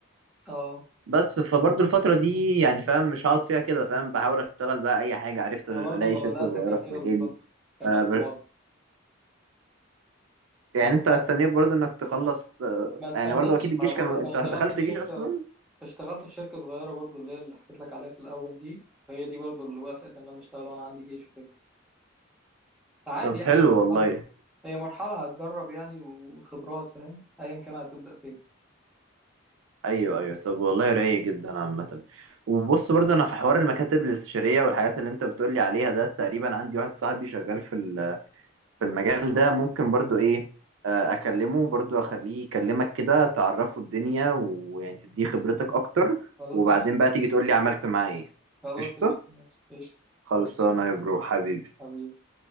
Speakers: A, in the centre; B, on the right.
A: اه
B: بس فبرضه الفتره دي يعني فاهم مش هقعد فيها كده فاهم بحاول اشتغل بقى اي حاجه عرفت
A: انا
B: الاقي
A: برضو لما
B: شركه
A: بدأت
B: صغيره
A: كان
B: في
A: كده
B: مجالي
A: بالظبط كان
B: آه،
A: نفس
B: ب-
A: الوضع لما
B: يعني
A: بدأت
B: انت استنيت برضه انك تخلص آه،
A: ما استنيتش
B: يعني برضه اكيد الجيش
A: ما انا بقول
B: كان انت
A: ما اشتغلت
B: دخلت
A: في
B: جيش
A: شركة
B: اصلا
A: اشتغلت في شركة صغيرة برضو اللي هي اللي حكيت لك عليها في الاول دي هي دي برضو اللي وافقت ان انا اشتغل وانا عندي جيش وكده فعادي
B: طب
A: يعني
B: حلو
A: هي مرحلة
B: والله
A: هي مرحلة هتجرب يعني وخبرات فاهم ايا كان هتبدأ فين
B: ايوه ايوه طب والله رايق جدا عامه وبص برضه انا في حوار المكاتب الاستشاريه والحاجات اللي انت بتقولي عليها ده تقريبا عندي واحد صاحبي شغال في ال- في المجال ده ممكن برضه ايه آه، اكلمه برضه اخليه يكلمك كده تعرفه الدنيا ويعني تديه خبرتك اكتر
A: خلاص
B: وبعدين
A: قشطة
B: بقى تيجي تقولي عملت معاه ايه
A: خلاص
B: قشطه
A: قشطة ماشي قشطة
B: خلصانه
A: ماشي
B: يا برو حبيبي
A: حبيبي